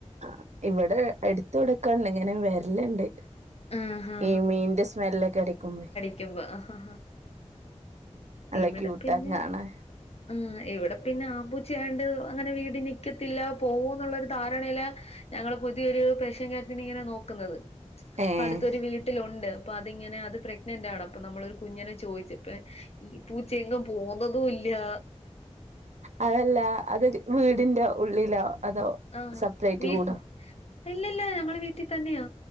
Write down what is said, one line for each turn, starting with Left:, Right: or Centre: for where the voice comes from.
Right: ആ ഇവിടെ എടുത്ത്വ്ടക്കണ്ട് ഇങ്ങനെ വര്ല്ണ്ട്.
Left: ആഹ് ഹാ
Right: ഈ മീനിന്റെ സ്മെല്ലൊക്കെ അടിക്കുമ്പോ
Left: ക്കുബോ ആഹാ
Right: നല്ല
Left: ഇവിടെ
Right: ക്യൂട്ടാ
Left: പിന്നെ
Right: കാണാൻ
Left: ഉം ഇവിടെ പിന്നെ ആംപൂച്ചായോണ്ട് അങ്ങനെ വീട് നിക്കത്തില്ല പോകൂന്നുള്ളരു ധാരണയിലെ ഞങ്ങള് പുതിയൊരു പേർഷ്യൻ ക്യാറ്റിനെ ഇങ്ങനെ നോക്കുന്നത്.
Right: ഏഹ്
Left: പ്പടുത്തൊരു വീട്ടിലുണ്ട്. അപ്പൊ അതിങ്ങനെ അത് പ്രെഗ്നന്റാണ് അപ്പൊ നമ്മളൊരു കുഞ്ഞിനെ ചോദിച്ചു. ഇപ്പേ ഈ പൂച്ചെയെങ്ങും പോകുന്നതൂല്ലാ.
Right: അതല്ലാ അതൊരു വീടിന്റെ ഉള്ളിലോ അതോ
Left: ആഹ്
Right: സെപ്പറേറ്റ്
Left: വീട്ന്റെ
Right: കൂടോ
Left: ഇല്ലല്ലാ ഞങ്ങളെ വീട്ടി തന്നെയാ.